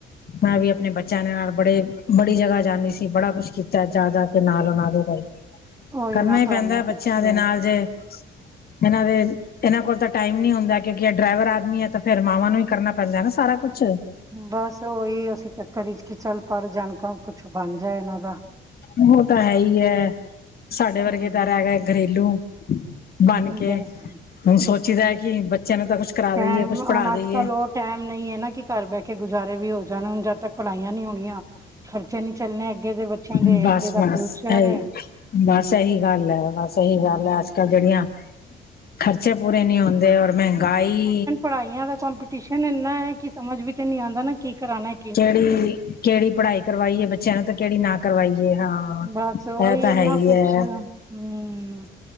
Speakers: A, on the left (about 50°); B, on the right (about 15°).
A: ਮੈਂ ਵੀ ਆਪਣੇ ਬੱਚਿਆਂ ਦੇ ਨਾਲ ਬੜੇ ਬੜੀ ਜਗ੍ਹਾ ਜਾਂਦੀ ਸੀ ਬੜਾ ਕੁਛ ਕੀਤਾ ਜਾ ਜਾ ਕੇ ਨਾਲ ਉਹਨਾਂ ਦੇ
B: ਉਹੀ
A: ਕਰਨਾ
B: ਨਾ
A: ਹੀ
B: ਪੜ੍ਹਾਈਆਂ
A: ਪੈਂਦਾ
B: ਪਿੱਛੇ
A: ਬੱਚਿਆਂ ਦੇ
B: ਹੈ।
A: ਨਾਲ ਜੇ ਇਹਨਾਂ ਦੇ ਇਹਨਾਂ ਕੋਲ ਤਾਂ ਟਾਈਮ ਨੀ ਹੁੰਦਾ ਕਿਉਂਕਿ ਡਰਾਈਵਰ ਆਦਮੀ ਹੈ ਤਾਂ ਫਿਰ ਮਵਾਂ ਨੂੰ ਵੀ ਕਰਨਾ ਪੈਂਦਾ ਸਾਰਾ ਕੁਛ
B: ਬਸ ਉਹੀ ਅਸੀਂ ਚੱਕਰ ਵਿਚ ਕਿ ਚੱਲ ਪੜ ਜਾਣ ਕੁਛ ਬਣ ਜਾ ਇਹਨਾਂ ਦਾ
A: ਉਹ ਤਾਂ ਹੈ ਹੀ ਹੈ ਸਾਡੇ ਵਰਗੇ
B: ਹਮ,
A: ਤਾਂ ਰਹਿ ਗਏ ਘਰੇਲੂ ਬਣ ਕੇ
B: ਬਸ
A: ਹੁਣ ਸੋਚੀਦਾ ਹੈ ਕਿ ਬੱਚਿਆਂ ਨੂੰ ਤਾਂ ਕੁਛ ਕਰਾ
B: ਟਾਈਮ
A: ਦੇਈਏ ਕੁਛ ਪੜ੍ਹਾ
B: ਹੁਣ
A: ਦੇਈਏ
B: ਅੱਜ ਕੱਲ ਉਹ ਟਾਈਮ ਨਹੀਂ ਹੈ ਨਾ ਕਿ ਘਰ ਬਹਿ ਕੇ ਗੁਜ਼ਾਰੇ ਵੀ ਹੋ ਜਾਣ ਹੁਣ ਜਦ ਤੱਕ ਪੜਲਾਈਆਂ ਨਹੀਂ ਹੋਣੀਆਂ ਖਰਚੇ ਨੀ ਚੱਲਣੇ ਅੱਗੇ ਦੇ ਬੱਚਿਆਂ ਦੇ
A: ਬਸ
B: ਅੱਗੇ ਦਾ
A: ਬਸ
B: ਫਿਊਚਰ
A: ਇਹੀ
B: ਹੈ
A: ਬਸ ਇਹੀ ਗੱਲ ਹੈ ਬਸ
B: ਹਮ,
A: ਇਹੀ ਗੱਲ ਹੈ ਅੱਜ ਕੱਲ ਜਿਹੜੀਆਂ ਖਰਚੇ ਪੂਰੇ ਨਹੀਂ ਹੁੰਦੇ, ਔਰ ਮਹਿੰਗਾਈ।
B: ਪੜਾਈਆਂ ਦਾ ਚਪ ਟਿਊਸ਼ਨ ਇੰਨਾ ਹੈ ਕਿ ਸਮਝ ਵੀ ਤੇ ਨੀ ਆਉਂਦਾ ਨਾ ਕੀ ਕਰਾਉਣਾ ਐ।
A: ਕਿਹੜੀ ਕਿਹੜੀ ਪੜ੍ਹਾਈ ਕਰਵਾਈਏ ਬੱਚਿਆਂ ਨੂੰ, ਤੇ ਕਿਹੜੀ ਨਾ ਕਰਵਾਈਏ ਹਾਂ।
B: ਬਸ ਔ ਹੀ,
A: ਇਹ ਤਾਂ
B: ਇੰਨਾ
A: ਹੈ
B: ਕੁਛ,
A: ਹੈ
B: ਹੂ